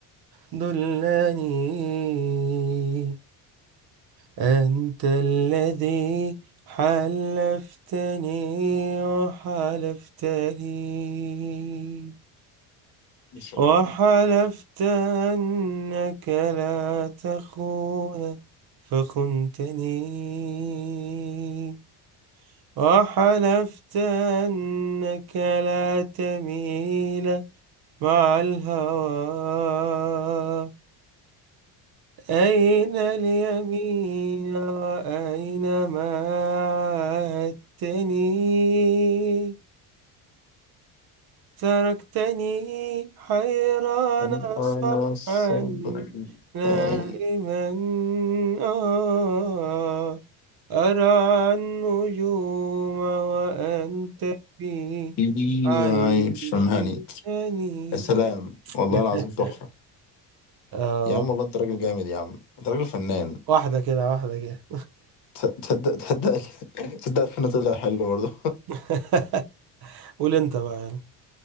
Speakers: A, on the right (about 50°); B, on the left (about 55°).
A: دلني أنت الذي حلفتني وحلفتني
B: السلام
A: وحلفت أنك لا تخون فخنتني وحلفت أنك لا تميل مع الهوى أين اليمين وأين ما عاهدتني تركتني حيران
B: هل انا
A: صبحا
B: الصبر
A: نائما
B: أي
A: آه أرعى النجوم وأنت في
B: قلبي
A: عيش
B: عايش هاني
A: هني
B: يا سلام والله
A: <laughs>
B: العظيم تحفة
A: آه
B: يا عم والله انت راجل جامد يا عم انت راجل فنان
A: واحدة كده واحدة كده
B: تصدق تصدق تصدق الفن طلع حلو برضه
A: <laughs> قول أنت بقى يلا.